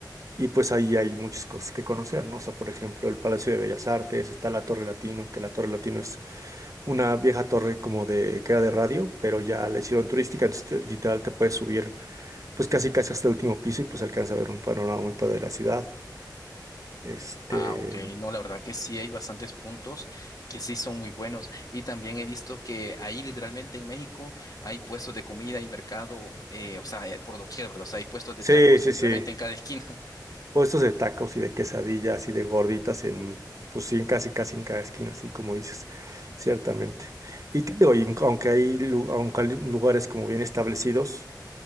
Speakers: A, on the right; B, on the left.
A: Y pues ahí hay muchas cosas que conocer, ¿no? O sea, por ejemplo, el Palacio de Bellas Artes, está la Torre Latino, que la Torre Latino es una vieja torre como de que era de radio, pero ya la hicieron turística, entonces te- literal te puedes subir pues casi casi hasta el último piso y pues alcanza a ver un panorama muy padre de la ciudad. Este,
B: Ah, ok. No, la verdad que sí hay bastantes puntos que sí son muy buenos. Y también he visto que ahí literalmente en México hay puestos de comida y mercado, eh, o sea, eh, por doquier, ¿verdad? O sea, hay puestos de
A: sí,
B: tacos
A: sí,
B: literalmente
A: sí.
B: en cada esquina. <laughs>
A: Puestos de tacos y de quesadillas y de gorditas en pues sí, en casi casi en cada esquina, así como dices, ciertamente. Y te digo, y aunque hay lu- aunque hay lugares como bien establecidos,